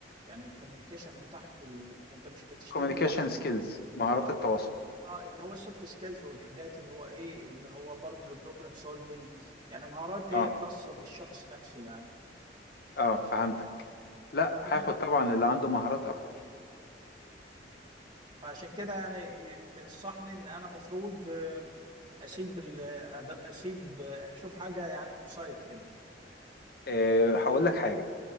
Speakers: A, on the right (about 25°); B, on the left (about 60°).
A: يعني الكوميونيكيشن بتاعته انت مش بتشتغل
B: communication
A: لوحدك
B: skills مهارات
A: اه
B: التواصل
A: اه اللي هو السوفت سكيلز والحاجات اللي هو ايه اللي هو برضه البروبلم سولفينج يعني مهارات
B: أه
A: هي خاصة بالشخص نفسه يعني
B: اه فهمتك لا
A: فهمتني
B: هاخد طبعا اللي عنده مهارات اكتر
A: فعشان كده يعني تنصحني ان انا مفروض اشيب ال- أد- اشيب اشوف حاجه يعني اون سايت كده
B: أه هقول لك حاجه